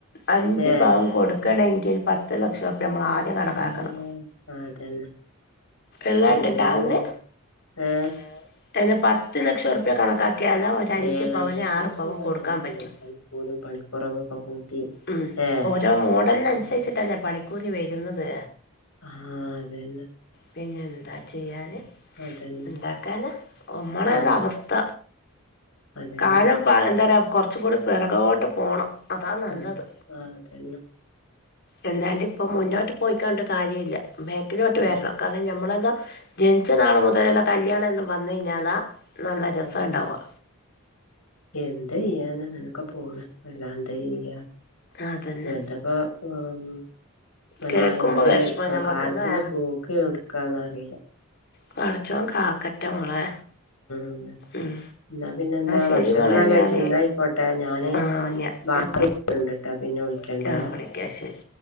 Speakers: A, on the left; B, on the left.
A: അഞ്ച
B: ഏ
A: പവൻ കൊടുക്കണെങ്കിൽ പത്ത് ലക്ഷ ഇപ്പം നമ്മള് ആദ്യം കണക്കാക്കണം
B: ഉം, അതന്നെ
A: എല്ലാണണ്ടാവന്ന്
B: എന്ത് ചെയ്യാനാ ഏ
A: ആ എന്നാപത്ത് ലക്ഷം രുപ്യ കണക്കാ ഒക്കേല് ഒരു അഞ്ച്
B: ഏ
A: പവന്
B: പത്ത്
A: അല്ലെിൽ ആറ്
B: ലക്ഷം
A: പവന്
B: രൂപ കണക്കാക്കണ്ടേ
A: പറ്റും
B: പണിക്കൂലിയും പണിക്കുറവും ഒക്കെ കൂട്ടി
A: ഉം
B: ഏ
A: ഓരോ മോഡലിനനുസരിച്ചിട്ടെ
B: ഉം.
A: പണിക്കൂലി വരുന്നത്
B: ആ അതന്നെ
A: പിന്നെ എന്താ ചെയ്യാൻ
B: അതന്നെ
A: എന്താക്കാന് നമ്മുടെ
B: ആ
A: ഒരു അവസ്ഥ
B: അതന്നെ
A: കാലം പയങ്കര കുറച്ചും കൂടി പിറകോട്ട് പോണം അതാ നല്ലത്
B: ഉം, ആ അതന്നെ
A: അല്ലാണ്ട് ഇപ്പം മുന്നോട്ട് പോയിക്കാണ്ട കാര്യ ഇില്ല ബേക്കിലോട്ട്
B: ആ
A: വരണം കാരണം നമ്മളെന്താ ജനിച്ച നാള് മുതല് ഉള്ള കല്യാണം എല്ലാം വന്നു കഴിഞ്ഞാലാ നല്ല
B: ആ.
A: രസം ഉണ്ടാവുക
B: എന്ത് ചെയ്യാനാ അങ്ങനൊക്കെ പോണ് അല്ലാതെ എന്ത് ചെയ്യാൻ
A: അതന്നെ
B: അതപ്പോ ഉം അങ്ങനെ
A: കേൾക്കുമ്പോ
B: ആയാല്
A: വിഷമം ഞമ്മക്കല്ലേ
B: കാലത്തിന്റെ പോക്ക് എവിടത്തേക്കാന്ന് അറിയില്ല
A: പടച്ചവൻ കാക്കട്ടെ മോളെ
B: ആണ് അല്ലെ
A: ഉം
B: എന്നാ പിന്നെ എന്താ
A: ശരി
B: ഭക്ഷണം
A: മോളെ
B: എന്നാ കഴിച്ചിടുന്ന
A: ഞാന്
B: ആയിക്കോട്ടെ ഞാന്
A: ആഹ് ഞാ
B: <inaudible>
A: ഞാൻ
B: ട്ടാ പിന്നെ വിളിക്കണ്ടേ
A: വിളിക്കാം വിളിക്കാം ശരി